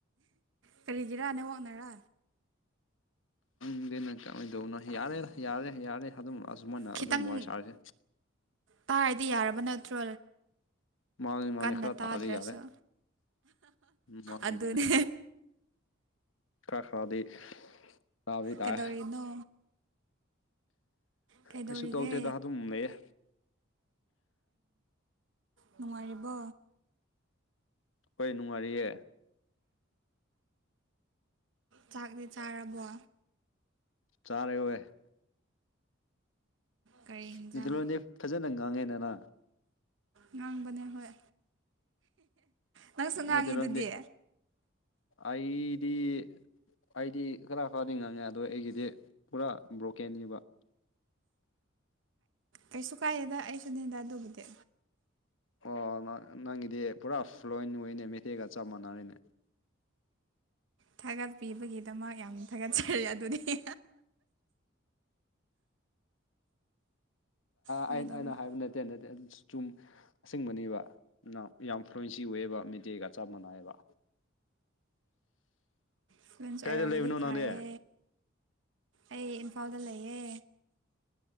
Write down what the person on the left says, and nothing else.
ꯪꯗꯅ ꯀꯃꯥꯏꯅ ꯇꯧꯕꯅꯣ ꯌꯥꯔꯦ ꯌꯥꯔꯦ ꯌꯥꯔꯦ ꯑꯗꯨꯝ ꯑꯁꯨꯃꯥꯏꯅ
ꯑꯗꯨꯝ ꯋꯥꯔꯤ ꯁꯥꯔꯁꯦ
ꯃꯥꯥꯟ ꯃꯥꯥꯟꯅꯦ
ꯈꯔ
ꯇꯥꯔꯗꯤ ꯌꯥꯔꯦ ꯎꯝ ꯃꯥꯅꯦ
ꯃꯥꯅꯦ ꯈꯔ ꯈꯥꯗꯤ ꯇꯥꯗꯤ ꯇꯥꯏ
ꯀꯩꯁꯨ ꯇꯧꯗꯦꯗ ꯑꯗꯨꯝ ꯂꯩꯌꯦ
ꯍꯣꯏ ꯅꯨꯡꯉꯥꯏꯔꯤꯌꯦ
ꯆꯥꯔꯦ
ꯃꯤꯇꯩꯂꯣꯟꯗꯤ ꯐꯖꯟꯅ ꯉꯥꯡꯉꯦ ꯅꯦꯅꯥ
ꯃꯩꯇꯩꯂꯣꯟꯗꯤ
ꯑꯩꯗꯤ ꯑꯩꯗꯤ ꯈꯔ ꯈꯔꯗꯤ ꯉꯪꯉꯦ ꯑꯗꯨꯗ ꯑꯩꯒꯤꯗꯤ ꯄꯨꯔꯥ ꯕ꯭ꯔꯣꯀꯦꯟꯅꯦꯕ <inaudible>
ꯑꯣ ꯅꯪꯒꯤꯗꯤ ꯄꯨꯔꯥ ꯐ꯭ꯂꯣꯏꯟ ꯑꯣꯏꯅꯦ ꯃꯩꯇꯩꯒ ꯆꯞ ꯃꯥꯟꯅꯔꯤꯅꯦ
ꯑꯩꯅ
ꯑꯩꯅ ꯍꯥꯏꯕ ꯅꯠꯇꯦ ꯅꯠꯇꯦ ꯆꯨꯝ ꯑꯁꯤꯡꯕꯅꯦꯕ ꯌꯥꯝ ꯐ꯭ꯂꯨꯋꯟꯁꯤ ꯑꯣꯏꯋꯦꯕ ꯃꯩꯇꯩꯒ ꯆꯞ ꯃꯅꯥꯏꯑꯦꯕ
ꯀꯥꯏꯗ
ꯂꯩꯕꯅꯣ ꯅꯪꯗꯤ